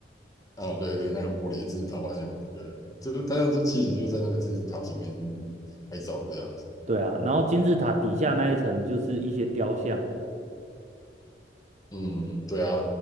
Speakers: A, on the left; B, on the right.
A: 啊、对对，那个玻璃也是台湾有名的，对，就是大家就其实就在那个金字塔前面拍照这样。子。
B: 对啊，然后金字塔底下那一层就是一些雕像了。
A: 嗯，对啊，